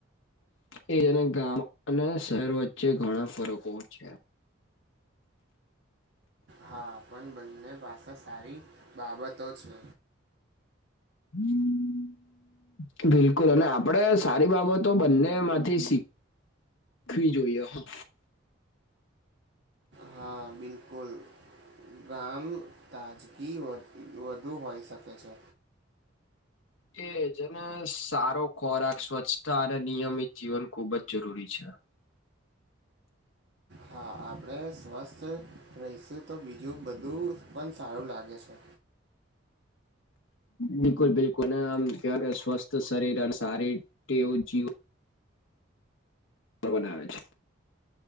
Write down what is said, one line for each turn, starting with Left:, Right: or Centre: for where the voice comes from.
Left: એજ ને ગામ અને શહેર વચ્ચે ઘણાં ફરકો છે.
Right: હા પણ બંને પાસે સારી બાબતો છે.
Left: હમ બિલકુલ અને આપડે સારી બાબતો બંને માંથી શીખ વી જોઈએ. હા,
Right: હા બિલકુલ ગામ તાજગી વધુ હોઈ શકે છે.
Left: એ જેને સારો ખોરાક સ્વચ્છતા અને નિયમિત જીવન ખુબ જ જરૂરી છે.
Right: હા આપણે સ્વસ્થ રહીશું તો બીજું બધું પણ સારું લાગે છે.
Left: બિલકુલ બિલકુલ અને આમ કેવા સ્વસ્થ શરીર અને સારી ટેવ જીવન બનાવે છે